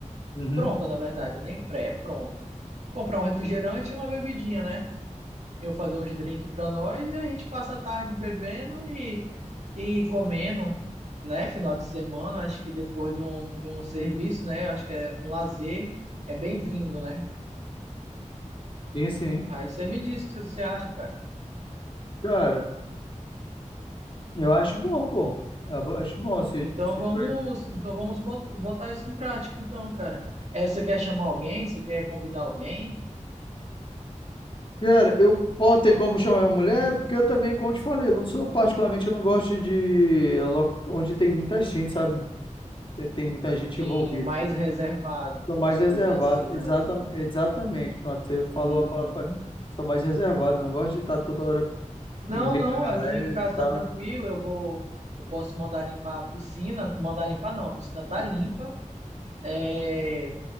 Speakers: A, on the left; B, on the right.
A: Uhum.
B: pronta, na verdade, né? nem pré, é pronta. Comprar um refrigerante e uma bebidinha, né? Eu fazer uns drinks pra nós e a gente passa a tarde bebendo e, e comendo, né? Final de semana, acho que depois de um, de um serviço, né? Acho que é um lazer, é bem-vindo, né?
A: Sim, sim.
B: Aí você me diz o que você acha, cara.
A: Cara, eu acho bom, pô. Eu acho bom se,
B: Então
A: se
B: vamos,
A: tiver.
B: então vamos bot- botar isso em prática, então, cara. É, você quer chamar alguém? Você quer convidar alguém?
A: Cara, eu posso ter como chamar minha mulher, porque eu também, como eu te falei, eu não sou particularmente, eu não gosto de lo- onde tem muita gente, sabe? Tem, tem muita gente
B: Sim,
A: envolvida.
B: mais reservado,
A: Sou
B: vamos
A: mais
B: se
A: reservado,
B: dizer assim,
A: exata,
B: né?
A: exatamente. Pronto, você falou
B: Uhum.
A: a palavra. quase- Sou mais reservado, eu não gosto de estar toda hora
B: Não,
A: no meio
B: não,
A: da galera
B: aqui em casa
A: e tal.
B: tá tranquilo, eu vou, eu posso mandar limpar a piscina, mandar limpar não, a piscina tá
A: Uhum.
B: limpa, é,